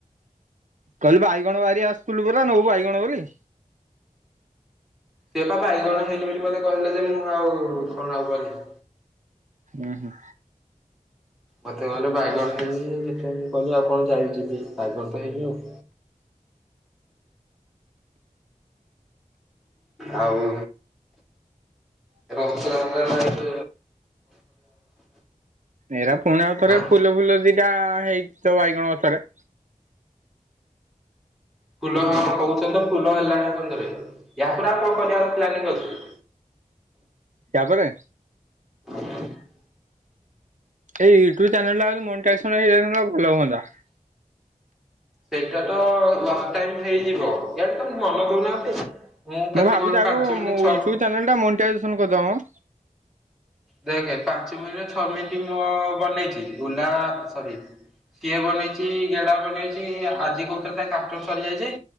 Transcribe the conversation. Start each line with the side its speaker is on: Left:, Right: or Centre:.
Right: କହିଲୁ ବାଇଗଣ ବାରି ଆସୁଥୁଲ ପରା ନବୁ ବାଇଗଣ ବୋଲି।
Centre: ସିଏ ପା ବାଇଗଣ ଘେନି ମେନି ମୋତେ କହୁଲେ ଯେ ମୁଁ ଆଉ କଣ ଆଉ କରିବି।
Right: ଅଁ, ହଁ।
Centre: ମୋତେ କହିଲେ ବାଇଗଣ ହେଇନି ଦେଖିଆ ମୁଁ କହିଲି ଆଉ କଣ ଯାଇ ଯିବି ବାଇଗଣ ତ ହେଇନି ଆଉ। ଆଉ ଏ <unintelligible>
Right: ଏଇରା ପୁଣି ଆଉଥରେ
Centre: ଆଁ
Right: ଫୁଲ ଫୁଲ ସେଇଟା ହେଇଚି ତ ବାଇଗଣ ଗଛରେ।
Centre: ଫୁଲ କଣ କୋହୁ ଅଛନ୍ତ ଫୁଲ ହେଲାଣି <unintelligible> ୟା ପରେ ଆଉ କଣ <unintelligible>
Right: ତା ପରେ
Centre: <inaudible>
Right: ଏଇ ୟୁଟ୍ୟୁବ୍ ଚ୍ୟାନେଲ୍ ଟା ଆଗ ମନିଟାଇଜେସନ୍ ହେଇଯାଇଥାନ୍ତା ଯଦି ଭଲ ହୁଅନ୍ତା।
Centre: ସେଇଟା ତ ଲଞ୍ଚ ଟାଇମ୍ ହେଇଯିବ। ଇଆଡେ ତ ମନ ଦଉନାହାନ୍ତି। କେତେ
Right: ମୁଁ ଭାବୁଛି
Centre: କଣ
Right: ଆଗକୁ
Centre: ପାଞ୍ଚ
Right: ୟୁଟ୍ୟୁବ
Centre: ମିନିଟ୍ ଛଅ
Right: ଚ୍ୟାନେଲ ଟା ମନିଟାଇଜେସନ୍ କରିଦବା ମ।
Centre: ଦେଖ ପାଞ୍ଚ ମିନିଟ୍ ଛଅ ମିନିଟ୍ ମୁଁ ବନେଇଚି। ବୁଲା ଛବିଶ। କିଏ ବନେଇଚି ଗେଡା ବନେଇଚି। ଆଜି କହୁଥିଲା ତା <unintelligible> ସରିଯାଇଚି।